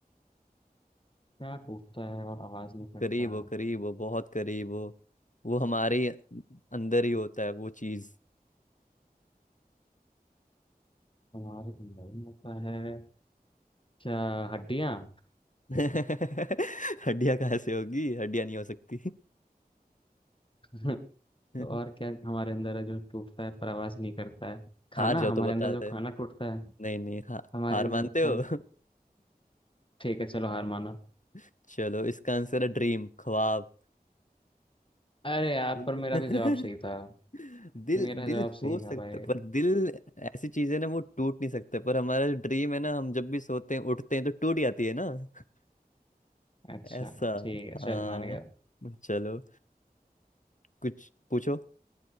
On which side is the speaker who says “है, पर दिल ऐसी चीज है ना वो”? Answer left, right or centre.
Left